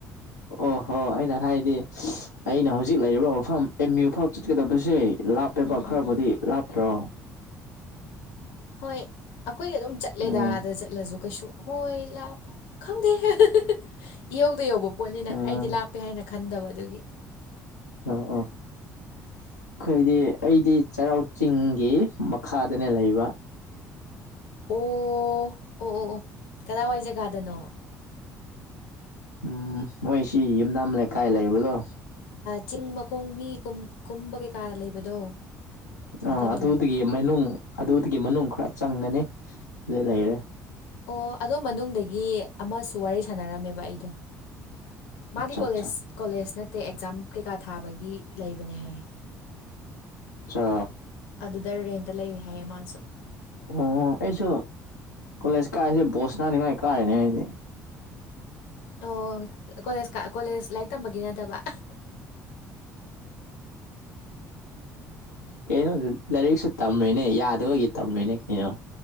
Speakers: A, on the left; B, on the left.
A: ꯑꯣꯍꯣ ꯑꯩꯅ ꯍꯥꯏꯗꯤ ꯑꯩꯅ ꯍꯧꯖꯤꯛ ꯂꯩꯔꯤꯕ ꯃꯐꯝ ꯑꯦꯝ ꯌꯨ ꯐꯥꯎ ꯆꯠꯀꯗꯕꯁꯦ ꯂꯥꯞꯄꯦꯕ
B: ꯎꯝ
A: ꯈꯔꯕꯨꯗꯤ
B: ꯎꯝ ꯎꯝ
A: ꯂꯥꯞꯇ꯭ꯔꯣ
B: ꯍꯣꯏ ꯑꯩꯈꯣꯏꯒꯤ ꯑꯗꯨꯝ ꯆꯠꯂꯦꯗꯥ
A: ꯎꯝ
B: ꯑꯗꯖꯨ ꯂꯁꯨꯨ ꯀꯩꯁꯨ ꯍꯣꯏ ꯂꯥꯛꯄ ꯈꯪꯗꯦꯍꯦ ꯏꯌꯧꯗ ꯌꯧꯕ ꯄꯣꯠꯅꯤꯅ
A: ꯎꯝ
B: ꯑꯩꯗꯤ ꯂꯥꯞꯄꯦ ꯍꯥꯏꯅ ꯈꯟꯗꯕ ꯑꯗꯨꯒꯤ
A: ꯑꯣ ꯑꯣ
B: <inaudible>
A: ꯑꯩꯈꯣꯏꯗꯤ ꯑꯩꯗꯤ ꯆꯩꯔꯥꯎ ꯆꯤꯡꯒꯤ ꯃꯈꯥꯗꯅꯦ ꯂꯩꯕ
B: ꯑꯣ ꯑꯣ ꯑꯣ ꯑꯣ ꯀꯗꯥꯏꯋꯥꯏ ꯖꯒꯥꯗꯅꯣ
A: ꯎꯝ ꯃꯣꯏ ꯁꯤ ꯌꯨꯝꯅꯥꯝ ꯂꯩ ꯀꯥꯏ ꯂꯩꯕꯂꯣ
B: ꯆꯤꯡ ꯃꯈꯣꯡ ꯃꯤ ꯀꯨꯝꯕ ꯀꯩꯀꯥ ꯂꯩꯕꯗꯣ
A: ꯑꯣ
B: ꯑꯗꯨꯏ
A: ꯑꯗꯨꯒꯤ
B: ꯃꯅꯥꯛꯇ
A: ꯃꯅꯨꯡ ꯑꯗꯨꯗꯨꯒꯤ ꯃꯅꯨꯡ ꯈꯔ ꯆꯪꯒꯅꯤ ꯑꯗꯨ ꯂꯩꯔꯦ
B: ꯑꯣ ꯑꯗꯣ ꯃꯅꯨꯡꯗꯒꯤ ꯑꯃꯁꯨ ꯋꯥꯔꯤ ꯁꯥꯟꯅꯔꯝꯃꯦꯕ ꯑꯩꯗꯣ ꯃꯥꯗꯤ
A: ꯑꯠꯆꯥ
B: ꯀꯣꯂꯦꯖ
A: ꯑꯠꯆꯥ
B: ꯀꯣꯂꯦꯖ ꯅꯠꯇꯦ ꯑꯦꯛꯖꯥꯝ ꯀꯩꯀꯥ ꯊꯥꯕꯒꯤ ꯂꯩꯕꯅꯦ ꯍꯥꯏꯌꯦ
A: ꯑꯠꯆꯥ
B: ꯑꯗꯨꯗ ꯔꯦꯟꯇ ꯂꯩ ꯍꯥꯏꯌꯦ ꯃꯥꯁꯨ
A: ꯑꯣ ꯑꯩꯁꯨ ꯀꯣꯂꯦꯖ ꯀꯥꯏꯔꯤꯁꯦ ꯕꯣꯁ ꯁꯥꯟꯅꯅꯤꯡꯉꯥꯏ ꯀꯥꯏꯔꯤꯅꯦ ꯑꯩꯗꯤ
B: ꯑꯣ ꯀꯣꯂꯦꯖ ꯀꯣꯂꯦꯖ ꯂꯥꯏꯔꯤꯛ ꯇꯝꯕꯒꯤ ꯅꯠꯇꯕ
A: ꯀꯩꯅꯣ ꯂꯥꯏꯔꯤꯛꯁꯨ ꯇꯝꯃꯤꯅꯦ ꯌꯥꯗꯕꯒꯤ ꯇꯝꯂꯤꯅꯦ ꯀꯩꯅꯣ